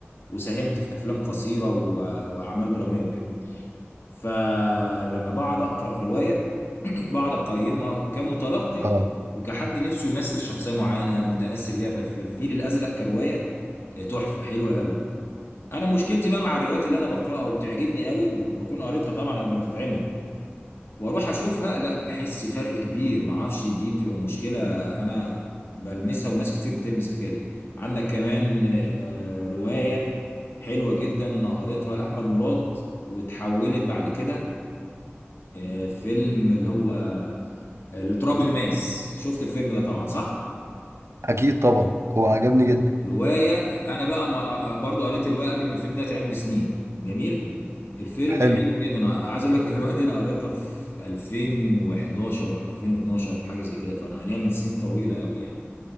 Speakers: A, on the left; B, on the right.
A: وساهمت في أفلام قصيرة و... وأعمال درامية وكده فلما بقعد اقرا روايه <clears throat> بقعد اقيمها كمتلقي
B: اه
A: وكحد نفسه يمثل شخصيه معينه متاثر بيها في الفيل الازرق كروايه آه، تحفه حلوه قوي انا مشكلتي بقى مع الروايات اللي انا بقراها وبتعجبني قوي وبكون قريتها طبعا قبل ما تتعمل واروح اشوفها لا بحس فرق كبير ما اعرفش دي بتبقى مشكله انا بلمسها وناس كتير بتلمس الحكايه دي عندك كمان آه، آه، روايه حلوه جدا انا قريتها لاحمد مراد وتحولت بعد كده آه، فيلم اللي هو اللي تراب الماس شفت الفيلم ده طبعا صح
B: اكيد طبعا هو عجبني جدا
A: رواية انا بقى ما آه، آه، برضو قريت الرواية قبل ما الفيلم ده يتعمل بسنين جميل الفيلم
B: حلو
A: حلو جدا انا عايز اقول لك <laughs> الرواية دي انا قريتها في 2011 2012 حاجة زي كده فانا ليها من سنين طويلة قوي يعني